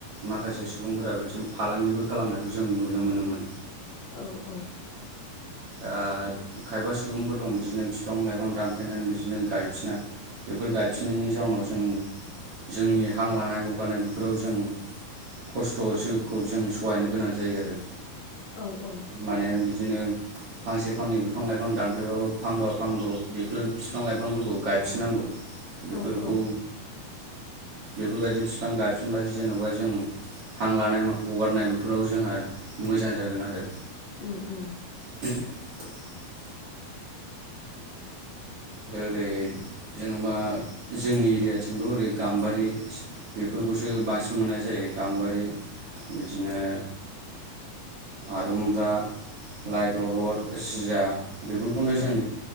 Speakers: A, on the right; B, on the left.
A: माखासे सुबुंफोरा बिदिनो फालांगिबो खालामनायखौ जों नुनो मोनोमोन।
B: औ औ
A: ओ खायबा सुबुंफोर दं बिदिनो फिफां -लाइफां दानफायनानै बिदिनो गायफिना। बेफोर गायफिनिनि जाउनाव जों जोंनि हां लानाय हगारानाय बेफोराव जों खस्थ' जिउखौ जों सहायनो गोनां जायो आरो।
B: औ औ
A: माने बिदिनो फांसे फांनै बिफां -लाइफां दानफैबाबो फांबा फांद' बेफोरो फिफां -लाइफांफोरखौ गायफिननांगौ। बेफोरखौ
B: औ औ
A: बेफोरबायदि फिफां गायफिनबासो जेन'बा जों हां लानाय हगारनाय बेफोराव जोंहा मोजां जागोन आरो
B: उम उम
A: <inaudible> दा ओरै जेन'बा जोंनि एरियाथिंथ' ओरै गाम्बारि बेफोरखौसो बांसिन मोननाय जायो गाम्बारि बिदिनो आदुमब्रा लाइ दलर जिया बेफोर खौनो
B: औ
A: जों